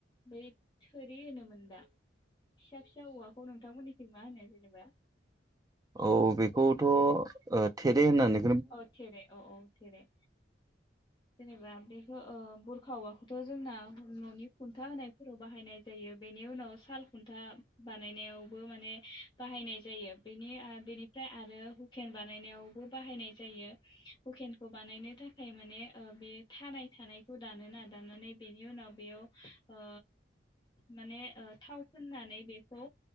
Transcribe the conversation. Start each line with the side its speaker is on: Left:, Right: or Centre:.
Left: बै थोरि होनोमोन दा फिसा फिसा औवाखौ नोंथांमोननिफ्राय मा होनो जेनेबा?
Right: औ बेखौथ' ओ थेरे होननानै
Left: अ थेरे अ अ थेरे जेनेबा बेखौ ओ बुरखा औवाखौथ' जोंना न'नि खुन्था होनायफोराव बाहायनाय जायो। बेनि उनाव साल खुन्था बानायनायावबो माने बाहायनाय जायो। बेनि बेनिफ्राय आरो हुकेन बानायनायावबो बाहायनाय जायो हुकेनखौ बानायनो थाखाय माने ओ बे थानाय थानायखौ दानोना दानानै बेनि उनाव बेयाव ओ माने ओ थाव फोननानै बेखौ